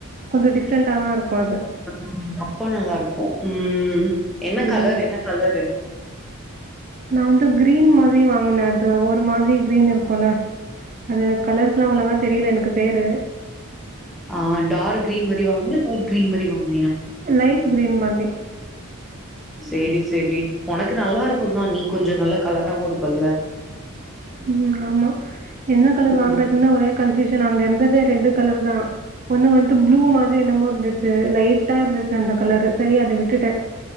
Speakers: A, on the right (about 40°); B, in the centre.
A: கொஞ்ச டிஃப்ரெண்டாதா இருக்கு அது
B: ம் அப்போ நல்லா இருக்கு ம் என்ன
A: ம்.
B: கலர் என்ன கலரு
A: நா வந்து கிரீன் மாதிரி வாங்கினே அது ஒரு மாதிரி கிரீன் இருக்கு போல அது கலர்ஸ்லா ஒழுங்கா தெரியல எனக்கு பேரு
B: ஆ டார்க் கிரீன் மாரி வாங்கினியா லைட் கிரீன் மாரி வாங்கினியா
A: லைட் கிரீன் மாதிரி
B: செரி செரி உனக்கு நல்லா இருக்கந்தா நீ கொஞ்சோ நல்லா கலராவு இருப்பல்ல
A: ம் ஆமா என்ன கலர்
B: ம்
A: வாங்குறதுன்னு ஒரே கன்ஃபூஷன் அங்க இருந்ததே ரெண்டு கலருதா ஒண்ணு வந்து ப்ளூ மாதிரி என்னமோ இருந்துச்சு லைட்டா இருந்துச்சு அந்த கலரு செரி அத விட்டுட்டே